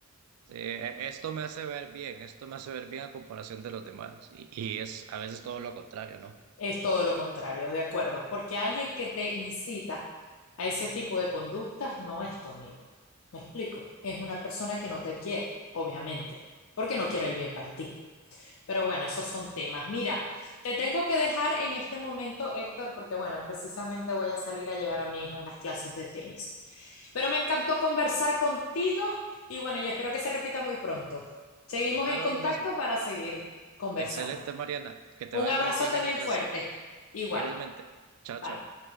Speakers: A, on the right (about 90°); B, on the left (about 70°).
A: Sí, e- esto me hace ver bien, esto me hace ver bien a comparación de los demás. Y, y es a veces todo lo contrario, ¿no?
B: Es todo lo contrario, de acuerdo, porque alguien que te incita a ese tipo de conductas no es tu amigo. ¿Me explico? Es una persona que no te quiere, obviamente, porque no quiere
A: Eh,
B: el bien para ti. Pero bueno, esos son temas. Mira, te tengo que dejar en este momento, Héctor, porque bueno, precisamente voy a salir a llevar a mi hija a unas clases de tenis. Pero me encantó conversar contigo y bueno, yo espero que se repita muy pronto. Seguimos
A: espero
B: en contacto
A: lo mismo.
B: para seguir conversando.
A: Excelente, Mariana. Que te
B: Un
A: vaya
B: abrazote
A: muy bien en
B: bien
A: la clase.
B: fuerte. Igual.
A: Igualmente. Chao,
B: Bye.
A: chao.